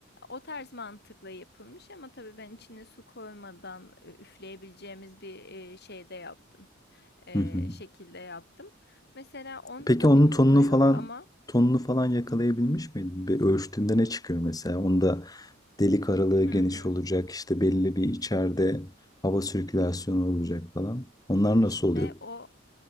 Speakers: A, on the left (about 55°); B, on the left (about 20°).
A: O tarz mantıkla yapılmış ama tabii ben içine su koymadan e, üfleyebileceğimiz bir e, şeyde yaptım. E,
B: Hı hı.
A: şekilde yaptım. Mesela onda
B: Peki
A: da
B: onun
A: bir nota
B: tonunu
A: yok
B: falan
A: ama
B: tonunu falan yakalayabilmiş miydin? Bir ölçtüğünde ne çıkıyor mesela? Onda delik aralığı geniş
A: hı hı.
B: olacak, işte belli bir içeride hava sirkülasyonu olacak falan. Onlar
A: İşte
B: nasıl oluyor?
A: o